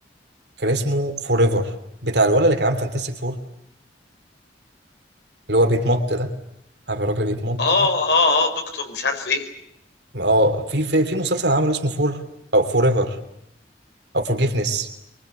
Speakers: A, on the right (about 70°); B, on the left (about 70°).
A: كان اسمه فور ايفر بتاع الولد اللي كان عامل فانتاستيك فور اللي هو بيتمط ده عارف الراجل اللي بيتمط
B: اه
A: ده
B: اه اه دكتور مش عارف ايه
A: اه في في في مسلسل عمله اسمه فور او فور ايفر او فورجيفنس